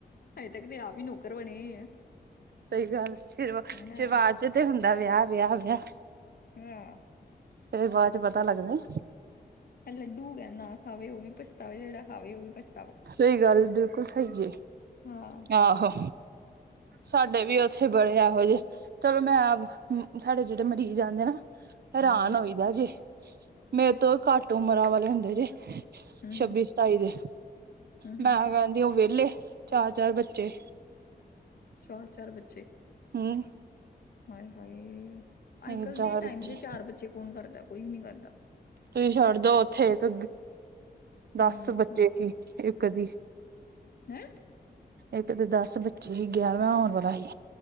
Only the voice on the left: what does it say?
ਹਜੇ ਤੱਕ ਤੇ ਆਪ ਈ ਨੌਕਰ ਬਣੇ ਆ।
ਹਾਂ
ਹਾਂ
ਐ ਲੱਡੂ ਹੈਗਾ ਨਾ ਖਾਵੇ ਓ ਵੀ ਪਛਤਾਵੇ, ਜੇੜਾ ਖਾਵੇ ਓ ਵੀ ਪਛ
ਹਾਂ।
ਹਮ
ਅੱਛਾ
ਹਮ
ਹਮ
ਹਮ
ਹਮ
ਚਾਰ-ਚਾਰ ਬੱਚੇ,
ਹਾਏ-ਹਾਏ।
ਅੱਜ-ਕੱਲ
ਦੇ
ਟਾਈਮ ਤੇ ਚਾਰ ਬੱਚੇ ਕੌਣ ਕਰਦਾ, ਕੋਈ ਵੀ ਨੀ ਕਰਦਾ।
ਹਮ
ਹੈਂ